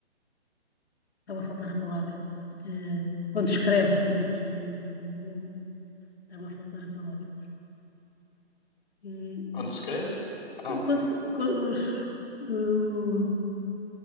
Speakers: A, on the left; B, on the left.
A: Estava a faltar a palavra. Eh, quando escreve, como é que se escreve? Bom, Estava a faltar a palavra. E,
B: Onde
A: e
B: se
A: por
B: escreve?
A: isso-
B: Ah,
A: qu-
B: ok.
A: quando, se- quando os, o-